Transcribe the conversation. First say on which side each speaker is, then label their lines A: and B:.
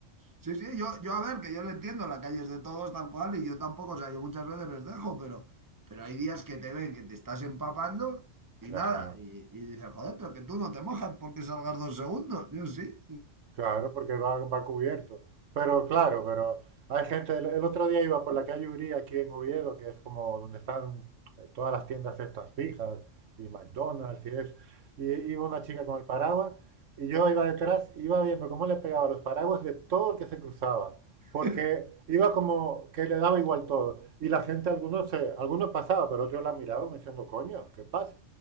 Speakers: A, on the right; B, on the right.
A: Sí, sí, yo, yo a ver, que yo lo entiendo, la calle es de todos tal cual y yo tampoco, o sea, yo muchas veces les dejo, pero, pero hay días que te ven que te estás empapando y
B: Claro.
A: nada, y, y dices, joder, pero que tú no te mojas porque salgas dos segundos. Yo sí.
B: Claro, porque va, va cubierto. Pero claro, pero hay gente, el, el otro día iba por la calle Uría aquí en Oviedo, que es como donde están eh, todas las tiendas estas fijas y McDonald's y eso. Y iba una chica con el paraguas y yo iba detrás, iba viendo cómo le pegaba los paraguas de todo el que se cruzaba,
A: <laughs>
B: porque iba como que le daba igual todo. Y la gente, algunos, se, algunos pasaba, pero otros la miraban como diciendo, coño, ¿qué pasa?